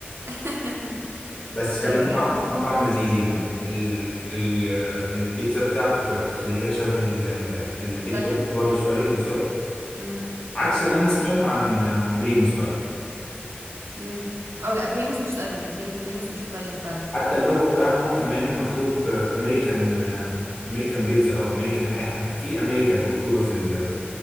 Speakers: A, on the right; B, on the left.
A: <laughs>
B: بس كان
A: ايوه
B: مطعم
A: ايوه فاهمك
B: مطعم لذيذ يعني ال... ال... البيتزا بتاعته كانت اللي هي شبه ال... البيتزا
A: ايطاليان
B: الايطالي شويه بالظبط
A: امم
B: عكس اللي انا سمعته عن عن بريموس بقى
A: امم او لا بريموس مش ايطاليان بريم- بريموس مش ايطاليان فعلا
B: حتى اللوجو بتاعهم كمان مكتوب امريكان امريكان بيتزا او امريكان حاجه في امريكان مكتوبه في ال